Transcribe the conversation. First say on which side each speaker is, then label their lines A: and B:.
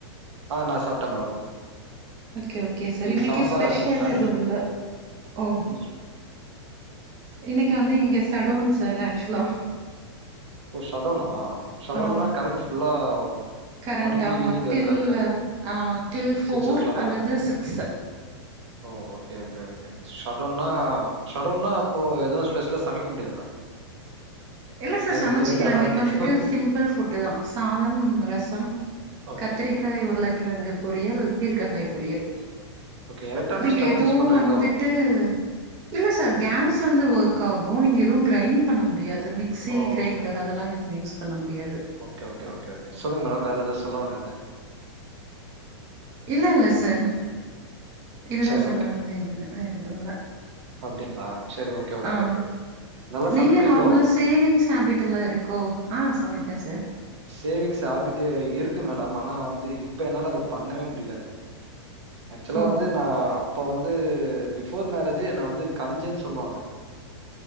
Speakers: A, on the right; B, on the right.
A: ஆ நா சாப்ட்டேன் மேடம்
B: ஓகே ஓகே சார் இன்னைக்கு
A: சாம்பார்
B: ஸ்பெஷல்
A: அண்ட் முட்ட
B: எதுவு இல்ல ஓ
A: ம்
B: இன்னைக்கு வந்து இங்க சடோன் சார் ஆக்சுவலா
A: ஓ சடோனா சடோன்னா
B: ஆ
A: கரண்ட் ஃபுல்லா
B: கரண்ட்
A: மார்னிங்
B: ஆமா
A: டு ஈவினிங்
B: டில்
A: வரைக்கு இருக்காது
B: ஆ டில் ஃபோர்
A: சிக்ஸ் ஓ கிளாக்கா
B: அல்லது சிக்ஸ்
A: ஓ ஓகே ஓகே ஓகே ஷடோன்னா ஷடோன்னா அப்போ எதுவு ஸ்பெஷல்லா சமைக்க முடியாதா
B: இல்ல சார்
A: எனக்கு
B: சமைச்சிக்கலா
A: தெரில அதா
B: இன்னைக்கு
A: கேக்குறே
B: வந்துட்டு சிம் பிள் ஃபுட் தா சாதம் ரசம்
A: ஓகே
B: கத்திரி காய் உருளக்கிழங்கு பொறியல் பீர்க்கங்காய் பொறியல்
A: ஓகே எலக்ட்ரானிக்
B: நீங்க
A: ஸ்டவ்
B: எதுவு
A: யூஸ் பண்றீங்களோ
B: வந்துட்டு இல்ல சார் கேஸ் வந்து ஒர்க் ஆகு நீங்க எதுவு கிரைண்ட் பண்ண முடியாது மிக் சி
A: ஓ
B: கிரைண்டர்
A: ஓகே
B: அதெல்லா எது யூஸ் பண்ண முடியாது
A: ஓகே ஓகே ஓகே ஓகே சொல்லுங்க மேடம் வேற எதா சொல்ல வந்தீங்க
B: இல்ல இல்ல சார் இதுதா
A: சரி
B: சொல்ல
A: ஓகே
B: வந்தேன் நானு வேற எதுவு இல்ல
A: அப்டிங்களா செரி ஓகே ஓகே
B: ஆ
A: ஓகே நல்லா
B: நீங்க
A: சமைப்பீங்ளோ
B: நார்மலா சேவிங்ஸ் ஹேபிடல்லா இருக்கோ ஆ சமைப்பேன் சார்
A: சேவிங்ஸ் ஹேபிட்டு இருக் கு மேடம் ஆனா வந்து இப்ப என்னால அத பண்ணவே முடியல ஆக்சுவலா
B: ஓ!
A: வந்து நா இப்போ வந்து பிஃபோர் மேரேஜ்ஜே என்ன வந்து கஞ்சன்னு சொல்லுவாங்க